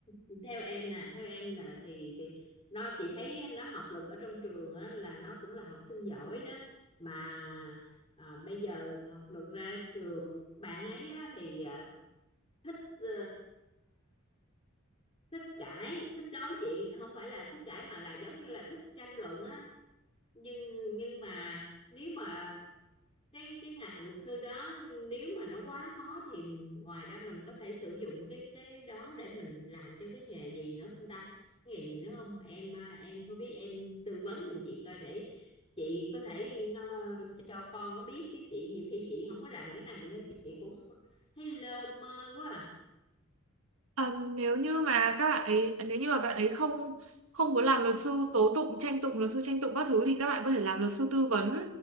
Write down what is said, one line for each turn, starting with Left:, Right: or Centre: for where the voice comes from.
Left: <clears throat> theo em nè theo em là thì thì nó chị thấy nó học lực ở trong trường á, là nó cũng là học sinh giỏi đó mà à, bây giờ học lực ra trường bạn ấy á, thì à, thích ờ, thích cãi thích nói chuyện không phải là thích cãi mà là giống như là thích tranh luận á nhưng nhưng mà nếu mà cái cái ngành luật sư đó nếu mà nó quá khó thì ngoài ra mình có thể sử dụng cái cái đó để mình làm cho cái nghề gì nữa không ta cái nghề gì nữa không em à, em có biết em tư vấn giùm chị coi để chị có thể nó cho con nó biết chứ chị nhiều khi chị không có rành cái này nên chị cũng thấy lơ mơ quá à.
Right: Ờ, nếu như mà các bạn ấy nếu như mà bạn ấy không không muốn làm luật sư tố tụng tranh tụng luật sư tranh tụng các thứ thì các bạn có thể làm luật sư tư vấn